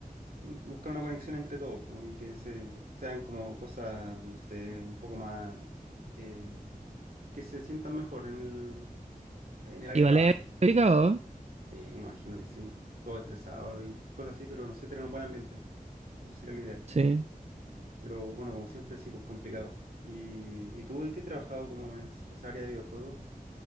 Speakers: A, on the right (about 75°); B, on the right (about 45°).
A: in- buscar una conexión entre todos, pues, y que se, sean como cosas, no sé, un poco más, eh, que se sientan mejor en el, en el área
B: Igual
A: de trabajo.
B: es complicado, ¿eh?
A: Sí, me imagino que sí. Todo estresado y cosas así, pero no sé, tener un buen ambiente. Eso sería lo ideal.
B: sí.
A: Pero bueno, como siempre, sí, pues, complicado. ¿Y, y tú en qué has trabajado como en es- esa área de videojuegos?